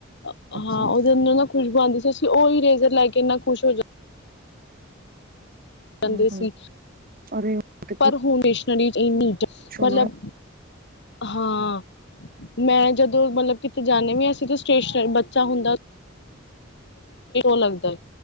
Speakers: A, on the left; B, on the right.
A: ਹਾਂ
B: ਅੱਛਾ
A: ਉਹਦੇ ਅੰਦਰ ਨਾ ਖੁਸ਼ਬੂ ਆਉਂਦੀ ਸੀ ਅਸੀਂ ਉਹ ਹੀ ਇਰੇਜ਼ਰ ਲੈ ਕੇ ਮੈਂ ਖੁਸ਼ ਹੋ ਜਾਂ
B: ਹੂੰ
A: ਜਾਂਦੇ
B: ਹੂੰ
A: ਸੀ
B: ਅਰੇ ਉਹ ਤੇ
A: ਪਰ ਹੁੈਣ <unintelligible>
B: ਪੁੱਛੋ
A: ਮਤਲਬ
B: ਨਾ
A: ਹਾਂ ਮੈਂ ਜਦੋਂ ਮਤਲਬ ਕਿਤੇ ਜਾਂਦੇ ਵੀ ਅਸੀਂ ਤਾਂ <unintelligible> ਬੱਚਾ ਹੁੰਦਾ। ਲੱਗਦਾ ਹੈ